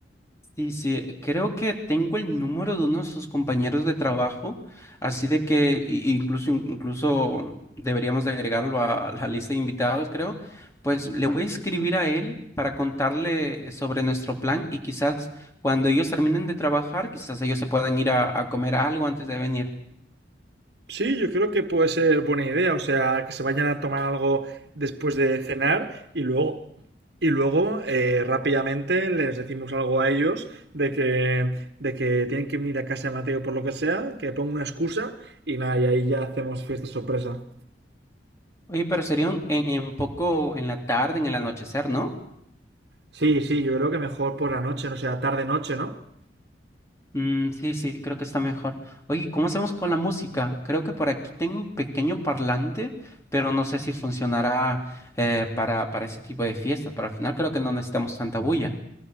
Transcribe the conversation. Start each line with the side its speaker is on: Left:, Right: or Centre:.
Left: Sí, sí, creo que tengo el número de uno de sus compañeros de trabajo, así de que i- incluso, incluso deberíamos de agregarlo a la lista de invitados, creo. Pues le voy a escribir a él para contarle sobre nuestro plan y quizás cuando ellos terminen de trabajar, quizás ellos se puedan ir a, a comer algo antes de venir.
Right: Sí, yo creo que puede ser buena idea, o sea, que se vayan a tomar algo después de cenar y luego, y luego eh, rápidamente les decimos algo a ellos de que, de que tienen que venir a casa de Mateo por lo que sea, que ponga una excusa y nada, y ahí ya hacemos fiesta sorpresa.
Left: Oye, pero sería un- en, en poco en la tarde, en el anochecer, ¿no?
Right: Sí, sí, yo creo que mejor por la noche, no sea tarde-noche, ¿no?
Left: Mm, sí, sí, creo que está mejor. Oye, ¿cómo hacemos con la música? Creo que por aquí tengo un pequeño parlante, pero no sé si funcionará eh, para, para ese tipo de fiestas. Pero al final creo que no necesitamos tanta bulla.